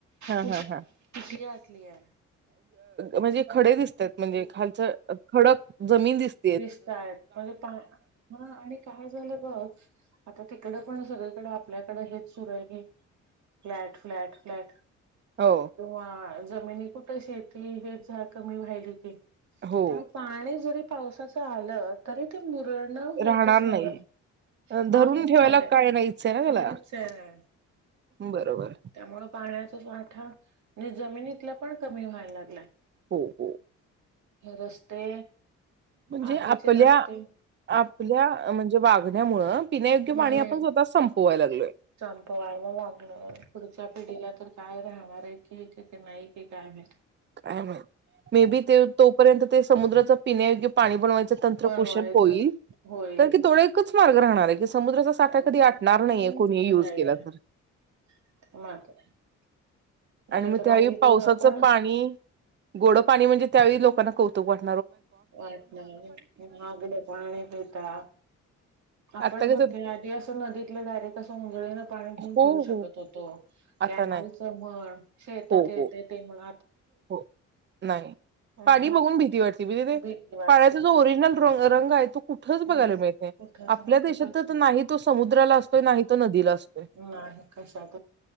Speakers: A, on the right (about 35°); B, on the right (about 65°).
A: हा
B: कुठ
A: हा हा.
B: कुठ आठली आहे
A: म्हणजे खडे दिसतात म्हणजे खालच खडक जमीन दिसत
B: दिसतायेत म्हणजे पा आणि काय झालं बघ आता तिकड पण सगळीकडे आपल्याकडे हेच सुर आहे की फ्लॅट फ्लॅट फ्लॅट
A: हो
B: किंवा जमिनी कुठे शेती हे जरा कमी व्हाली की
A: हो
B: तेव्हा पाणी जरी पावसाच आल तरी ते प्रणव होकस
A: राहणार नाही.
B: नाहीये
A: अ, धरून
B: वाहून
A: ठेवायला
B: चाललय
A: काय नाहीच आहे ना त्याला
B: नाहीचेये
A: बरोबर
B: त्या मुळ पाण्याचा जो आठा आणि जमिनीतला पण कमी व्हायला लागलाय
A: हो हो
B: रस्ते
A: म्हणजे
B: आधीचे
A: आपल्या
B: रस्ते
A: आपल्या म्हणजे वाग गण्यामुळे पिण्यायोग्य
B: हम्म
A: पाणी आपण स्वतःच संपवायला लागलो
B: संपवायला लागलोय पुढच्या पिढीला तर काय र हमारे क एक की नाही क कायम भे
A: काय माहीत मे बी ते तोपर्यंत ते समुद्राच पिण्यायोग्य पाणी बनवायचं त्रकुशल
B: बनवायचं
A: होईल
B: होय
A: तर तोळ्या इतकाच मार्ग राहणार आहे. समुद्राचा साठा
B: काहीच
A: कधी
B: नाही
A: आटणार नाहीये
B: हम्म
A: कोणी युज
B: नाही
A: केला तर
B: <unintelligible> नाही
A: आन्वी
B: तर
A: ताई
B: आधी
A: पावसाचं
B: बघ आपण
A: पाणी गोड पाणी म्हणजे त्यावेळी लोकांना कौतुक वाट
B: वाच नाही मगड पाणी पिता आपण
A: आता
B: बघते
A: कसं
B: आधी असं नदीतलं डायरेक्ट असंळी पाणी घेऊन
A: हो
B: पिऊ शकत
A: हो
B: होतो
A: आता
B: कॅनल
A: नाही
B: च म्हण शेतात
A: हो
B: येते
A: हो
B: ते म्ह
A: हो नाही
B: अहं
A: पाणी बघून भीती वाटतीडचा
B: भीती वाटते.
A: जो ओरिजनलॉंग रंग आहे तू कुठच
B: अहं
A: बघायला मिळते
B: कुठच
A: आपल्या
B: नाही कुठच
A: देशात तर नाही तो समुद्राला असतोय नाही तो नदीला असतोय.
B: आहे कशा